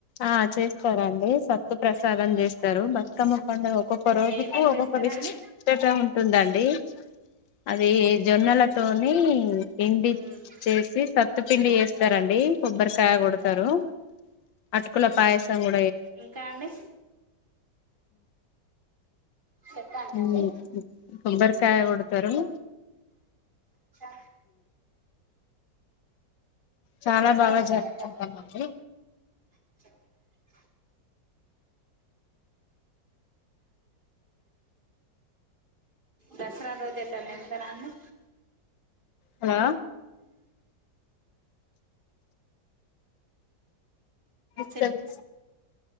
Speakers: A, on the left (about 80°); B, on the right (about 25°).
A: ఆ చేస్తరండి సత్తు ప్రసాదం చేస్తారు బతుకమ్మ పండగ ఒక్కొక్క రోజుకి
B: ఏమేమి
A: ఒక్కొక్క
B: చేస్తారండి
A: విశిష్టత ఉంటుందండి అది జొన్నలతోని తిండి
B: హ్మ్
A: చేసి త మత్త పిండి చేస్తారండి కొబ్బరికాయ
B: హ్మ్
A: కొడతరు అటుకుల పయసం కూ
B: ఇంకా అండి చెప్పండి
A: ఉ
B: అండి
A: కొబ్బరికాయ కొడతారు ఉ
B: ఇంకా
A: చాలా
B: చెప్పండి
A: బాగా
B: అండి
A: జరుపుకుంటారు
B: ఇంకా
A: అండి
B: <inaudible> దసరా రోజైతనే వెళ్తారా అండి
A: అలో
B: చెప్
A: చెప్పు